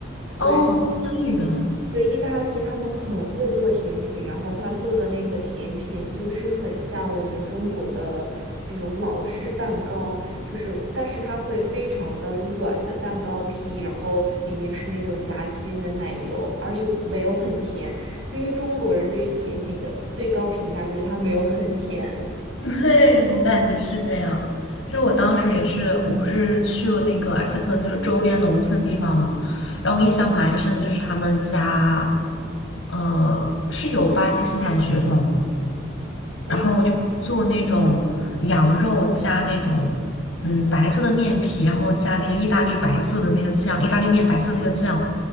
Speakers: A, on the right; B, on the left.
A: 对。
B: 哦，意大利人，
A: 对，意大利他们很会做甜品，然后他做的那个甜品就是很像我们中国的那种老式蛋糕，就是但是它会非常的软的蛋糕坯，然后里面是那种夹心的奶油，而且没有很甜，因为中国人对于甜品的最高评价就是它没有很甜。
B: <laughs> 对，我感觉是这样。就是我当时也是，我不是去了那个埃塞特，就是周边农村地方嘛，然后我印象蛮深的就是他们家，呃，是有巴基斯坦血统。
A: 哇
B: 然后我就做那种羊肉加那种嗯白色的面皮，然后加那个意大利白色的那个酱，意大利面白色的那个酱，